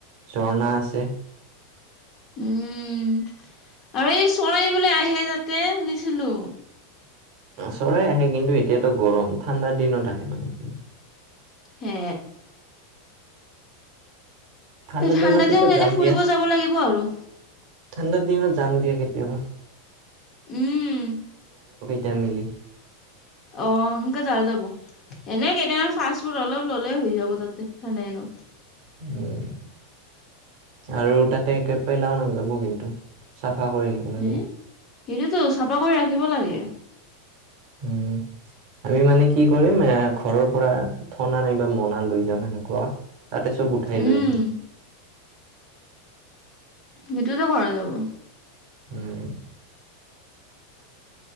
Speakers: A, on the right; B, on the left.
A: ঝৰ্ণা আছে।
B: উম আৰু এই চৰাই বোলে আহে তাতে শুনিছিলো।
A: চৰাই আহে কিন্তু এতিয়াতো গৰম ঠাণ্ডাৰ দিনত আহে মানে
B: হে
A: ঠাণ্ডাৰ
B: তই ঠাণ্ডা
A: দিনত পিছত
B: দিন এনে
A: যাম
B: ফুৰিব
A: দিয়া
B: যাব লাগিব আৰু
A: ঠাণ্ডাৰ দিনত যাম দিয়া কেতিয়াবা
B: উম
A: টা মিলি
B: অ সোনকে যোৱা যাব এনে কেইটামান ফাষ্ট ফুড অলপ ল'লে হৈ যাব তাতে ঠাণ্ডা দিনত
A: উম আৰু তাতে একে পেলাও নাযাব কিন্তু চাফ চাফা কৰি আহিব লাগিব
B: হে সেইটোতো চাফা কৰি ৰাখিব লাগে।
A: উম আমি মানে কি কৰিম এ ঘৰৰ পৰা থনা নাইবা মনা লৈ যাম সেনেকুৱা। তাতে চব উঠাই
B: উম
A: লৈ আহিল
B: সেইটোতো কৰা যাব
A: উম